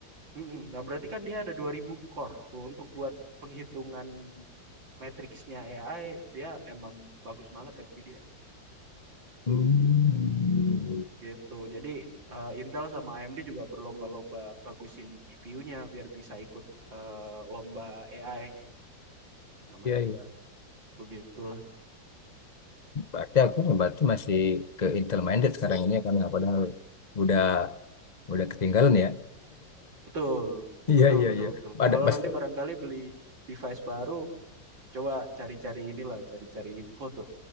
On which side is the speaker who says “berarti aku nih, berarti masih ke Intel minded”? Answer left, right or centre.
Left